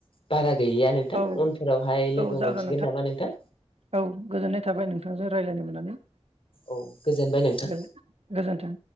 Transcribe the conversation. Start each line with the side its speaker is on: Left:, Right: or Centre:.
Left: बारा गैलिया नोंथां
Right: औ
Left: उनफोरावहाय लोगो
Right: औ जागोन
Left: मोनसिगोन नामा नोंथां
Right: औ गोजोननाय थाबाय नोंथांजों रायलायनो मोननानै
Left: औ गोजोनबाय नोंथां
Right: गोजोनथों